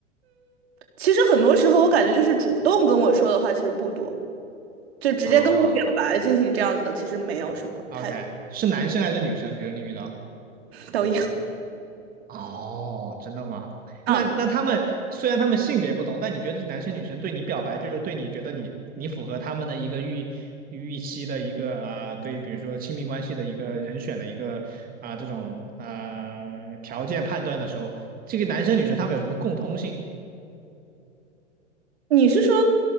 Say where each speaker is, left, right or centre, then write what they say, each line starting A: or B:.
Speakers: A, on the right; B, on the right.
A: 其实很多时候我感觉就是主动跟我说的话其实不多，就直接跟我表白进行这样子的，
B: 啊
A: 其实没有什么太
B: ，OK，是男生还是女生？比如你遇到。
A: 都有。<laughs>
B: 哦，真的吗？
A: 嗯，
B: 那那他们虽然他们性别不同，但你觉得这男生女生对你表白，就是对你觉得你你符合他们的一个预预期的一个啊、对，比如说亲密关系的一个人选的一个啊、这种啊、条件判断的时候，这个男生女生他们有什么共通性？
A: 你是说